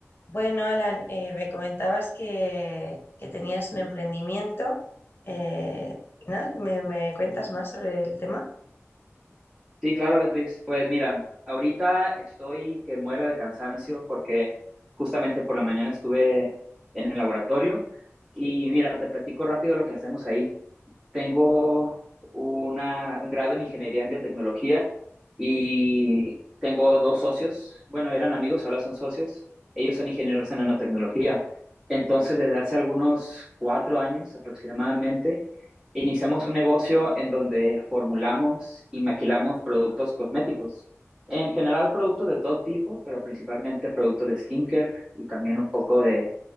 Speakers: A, on the left (about 45°); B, on the right (about 15°).
A: Bueno, Alan, eh, me comentabas que, que tenías un emprendimiento. eh, y nada, ¿me, me cuentas más sobre el tema?
B: Sí, claro, Beatriz. Pues mira, ahorita estoy que muero de cansancio porque justamente por la mañana estuve en el laboratorio y mira, te platico rápido lo que hacemos ahí. Tengo una, un grado en ingeniería en biotecnología y tengo dos socios. Bueno, eran amigos, ahora son socios. Ellos son ingenieros en nanotecnología. Entonces, desde hace algunos cuatro años aproximadamente, iniciamos un negocio en donde formulamos y maquilamos productos cosméticos. En general, productos de todo tipo, pero principalmente productos de skincare y también un poco de